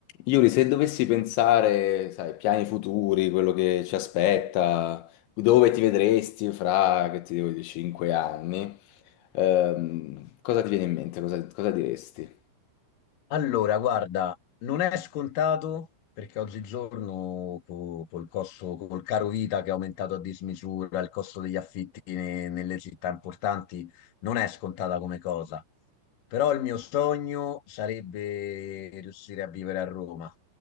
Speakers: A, on the left (about 85°); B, on the left (about 60°).
A: Yuri, se dovessi pensare, sai, piani futuri, quello che ci aspetta, dove ti vedresti fra, che ti devo dire, cinque anni, ehm, cosa ti viene in mente? Cosa, cosa diresti?
B: Allora, guarda, non è scontato perché oggigiorno co- col costo, col caro vita che è aumentato a dismisura, il costo degli affitti ne- nelle città importanti non è scontata come cosa. Però il mio sogno sarebbe riuscire a vivere a Roma.